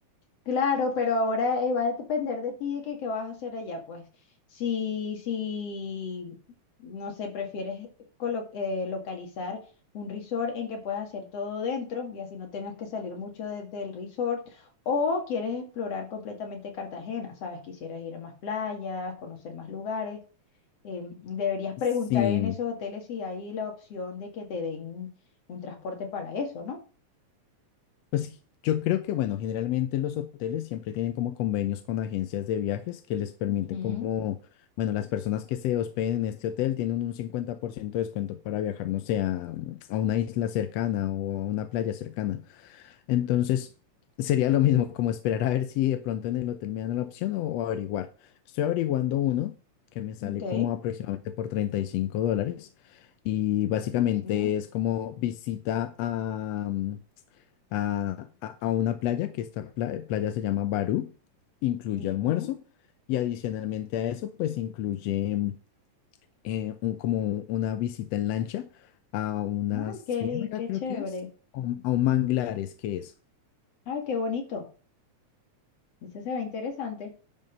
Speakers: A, on the left; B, on the left.
A: Claro, pero ahora eh, va a depender de ti de que qué vas a hacer allá, pues. Si, si, no sé, prefieres colo- eh, localizar un resort en que puedas hacer todo dentro y así no tengas que salir mucho de- del resort, o quieres explorar completamente Cartagena, sabes, quisieras ir a más playas, conocer más lugares. eh, deberías preguntar
B: Sí,
A: en esos hoteles si hay la opción de que te den un transporte para eso, ¿no?
B: Pues yo creo que, bueno, generalmente los hoteles siempre tienen como convenios con agencias de viajes que les permiten
A: Ujú,
B: como, bueno, las personas que se hospeden en este hotel tienen un 50% de descuento para viajar, no sé, a, a una isla cercana o a una playa cercana. Entonces, sería lo mismo como esperar a ver si de pronto en el hotel me dan la opción o, o averiguar. Estoy averiguando uno que me sale
A: Ok.
B: como aproximadamente por 35 dólares y
A: Buenísimo.
B: básicamente es como visita a a, a- a una playa, que esta pla- playa se llama Barú, incluye
A: Ujú.
B: almuerzo y adicionalmente a eso, pues incluye mm, eh, un- como una visita en lancha a una
A: Ay,
B: ciénaga,
A: qué, li- qué
B: creo
A: chévere.
B: que es, o- a un manglares, que es.
A: Ay, qué bonito. Ese se ve interesante.